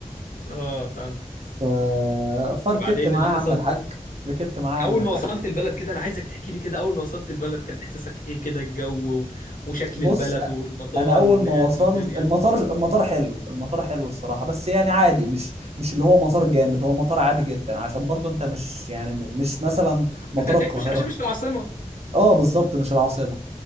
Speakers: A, on the left (about 80°); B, on the right (about 50°).
A: <laughs> اه فهمتك
B: ف... فركبت
A: وبعدين
B: معاه
A: إيه اللي حصل
B: يا عم الحاج ركبت معاه يا
A: اول
B: عم الحاج
A: ما وصلت البلد كده انا عايزك تحكي لي كده اول ما وصلت البلد كان احساسك ايه كده الجو و... وشكل
B: بص
A: البلد
B: أ-
A: والمطار
B: انا اول
A: والناس
B: ما وصلت
A: والدنيا
B: المطار المطار حلو المطار حلو الصراحه بس يعني عادي مش مش اللي هو مطار جامد هو مطار عادي جدا عشان برضو انت مش يعني مش مثلا مطار
A: انت هتلاقيك
B: القاهره
A: مش عشان مش في العاصمة
B: اه بالظبط مش العاصمه